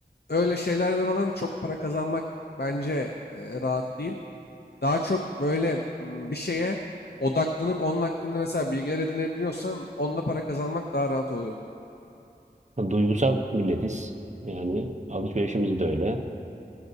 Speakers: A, on the left; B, on the right.
A: Öyle şeylerle falan çok para kazanmak bence e, rahat değil. Daha çok böyle m, bir şeye odaklanıp onun hakkında mesela bilgiler edinebiliyorsan onda para kazanmak daha rahat oluyor.
B: Duygusal milletiz. Yani alışverişimiz de öyle.